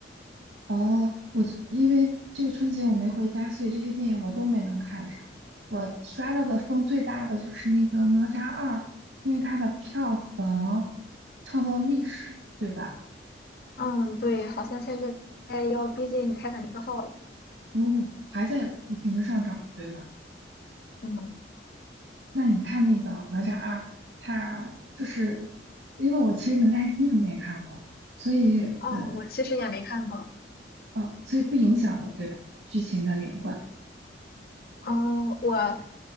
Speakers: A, on the right; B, on the left.
A: 哦，我这因为这个春节我没回家，所以这些电影我都没能看上。我刷到的风最大的就是那个《哪吒二》，因为它的票房创造了历史，对吧？
B: 嗯，对，好像现在要逼近《泰坦尼克号》了。
A: 哦，还在不停的上涨，对吗？
B: 嗯。
A: 那你看那个《哪吒二》，它就是因为我其实《哪吒一》都没看过，所以呃
B: 哦，我其实也没看过。
A: 呃，所以不影响的，对吧？剧情的连贯，
B: 嗯，我